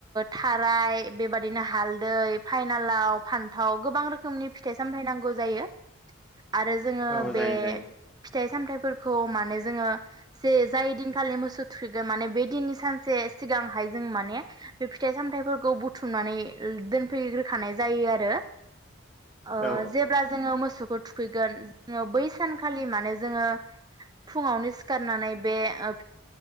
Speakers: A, on the right; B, in the centre.
A: थार राय बेबादिनो हाल दै फाइनालाव फान थाव गोबां रोखोमनि फिथाइ सामथाय नांगौ जायो आरो जोङो
B: औ
A: बे
B: जायो जायो
A: फिथाइ सामथायाइ फोरखौ माने जोङो जे जाय दिनखालि मोसौ थुखैगो माने बे दिननि सानसे सिगांहाय जों माने बे फिथाइ सामथाइफोरखौ बुथुमनानै दोनफैग्रोखानाय जायो आरो ओ
B: औ
A: जेब्ला जोङो मोसौखौ थुखैगोन जोङो बै सान खालि मानो जोङो फुङावनो सिखारनानै बे ओ